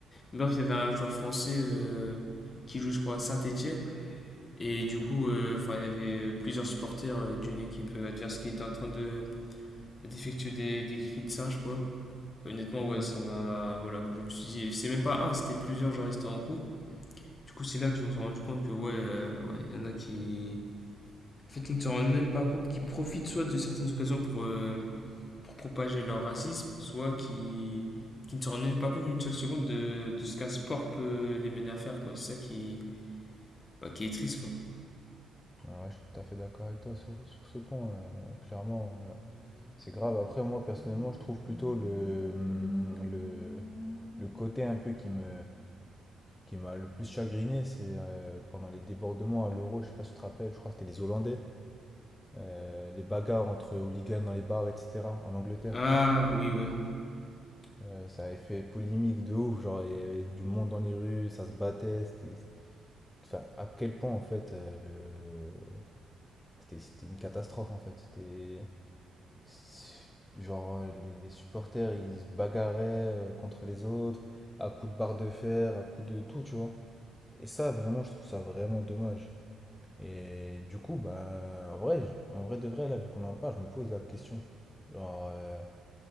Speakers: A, on the left; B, on the left.
A: Bref, il y avait un joueur français euh, qui joue, je crois, à Saint-Etienne. Et du coup, euh, enfin, il y avait plusieurs supporters euh, d'une équipe euh, adverse qui étaient en train de d'effectuer des, des cris de singe, quoi. Et honnêtement,
B: Hmm.
A: ouais, ça m'a. Voilà, quoi, je me suis dit. et C'est même pas un, c'était plusieurs, genre, ils étaient en groupe. Du coup, c'est là que je me suis rendu compte que, ouais, euh, ouais, il y en a qui. En fait, ils ne se rendent même pas compte, qui profitent soit de certaines occasions pour, euh, pour propager leur racisme, soit qui qui ne se rendent même pas compte d'une seule seconde de, de ce qu'un sport peut euh, les mener à faire. quoi. C'est ça qui, Bah, qui est triste quoi.
B: Ouais, je suis tout à fait d'accord avec toi sur, sur ce point. euh, clairement, euh, C'est grave. Après, moi, personnellement, je trouve plutôt le, hum, le, le côté un peu qui me, qui m'a le plus chagriné, c'est euh, pendant les débordements à l'Euro, je sais pas si tu te rappelles, je crois que c'était les Hollandais, euh, les bagarres entre hooligans dans les bars, etc., en Angleterre.
A: Ah, oui, oui.
B: Euh, ça avait fait polémique de ouf, genre il y avait du monde dans les rues, ça se battait, c'était... Enfin, à quel point, en fait, euh, le... c'était, c'était une catastrophe, en fait. C'était... C'est- Genre, euh, les, les supporters, ils se bagarraient euh, contre les autres, à coups de barre de fer, à coups de tout, tu vois. Et ça, vraiment, je trouve ça vraiment dommage. Et du coup, bah, en vrai, je- en vrai de vrai, là, vu qu'on en parle, je me pose la question. Genre, euh,